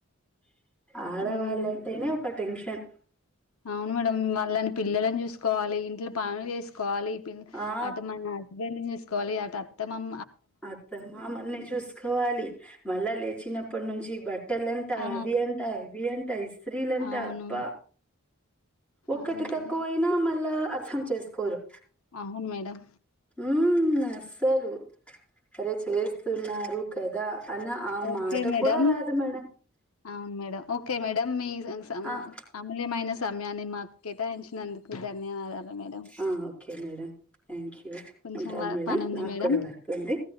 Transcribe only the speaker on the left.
ఉమ్
అవును మేడంమ్ వాళ్ళని పిల్లలని చూసుకోవాలి ఇంట్లో పనులు ఏసు కోవాలి పి
అటు మన హస్బెండ్ ను చూసుకోవాలి అటు అత్త మామ
ఆ
అవును
అవును
మేడం
ఆహును మేడం
ఓకే
మేడం
అవును మేడం ఓకే మేడం మీ సము
అమూల్యమైన సమయాన్ని మాకు కేటాయించినందుకు ధన్యవాదాలు మేడం
కొంచెం
పని ఉంది
మేడం